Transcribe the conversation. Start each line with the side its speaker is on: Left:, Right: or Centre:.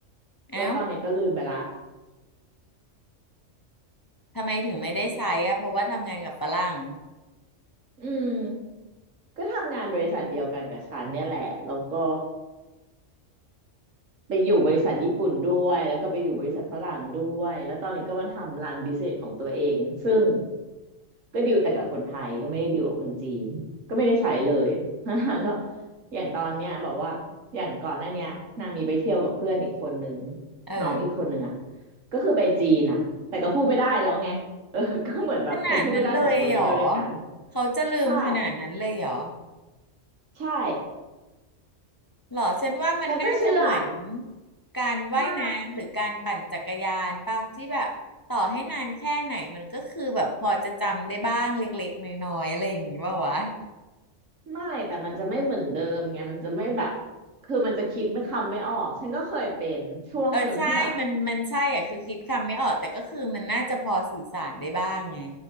Left: เอ้า
Right: แล้วตอนเนี้ยก็ลืมไปละ
Left: ทำไมถึงไม่ได้ใช้อะเพราะว่าทำงานกับฝรั่ง
Right: อืมก็ทำงานบริษัทเดียวกันกับฉันเนี่ยแหละแล้วก็ ไปอยู่บริษัทญี่ปุ่นด้วยแล้วก็ไปอยู่บริษัทฝรั่งด้วยแล้วตอนนี้ก็มาทำร้านบิสเนสของตัวเองซึ่งก็ดีลแต่กับคนไทยก็ไม่ได้ดีลกับคนจีนก็ไม่ได้ใช้เลย <laughs> นางก็อย่างตอนเนี้ยบอกว่าอย่างก่อนหน้าเนี้ยนางมีไปเที่ยวกับเพื่อนอีกคนนึง
Left: เออ
Right: น้องอีกคนนึงอ่ะก็คือไปจีนอ่ะแต่ก็พูดไม่ได้แล้วไงเออ <laughs> ก็เหมือนแบบคนพูดไม่ได้สองคนไปเที่ยวด้วยกัน
Left: ขนาดนั้นเลยเหรอเขาจะลืมขนาดนั้นเลยเหรอ
Right: ใช่ใช่
Left: หรอฉันว่ามันน่าจะเหมือน
Right: ฉันก็เชื่อ
Left: การว่ายน้ำหรือการปั่นจักรยานป่ะที่แบบต่อให้นานแค่ไหนมันก็คือแบบพอจะจำได้บ้างเล็กๆน้อยๆอะไรอย่างงี้ป่าววะ
Right: ไม่ ไม่แต่มันจะไม่เหมือนเดิมไงมันจะไม่แบบคือมันจะคิดไม่คำไม่ออกฉันก็เคยเป็นช่วงหนึ่งที่แบบ
Left: เออใช่มันมันใช่อ่ะคือคิดคำไม่ออกแต่ก็คือมันน่าจะพอสื่อสารได้บ้างไง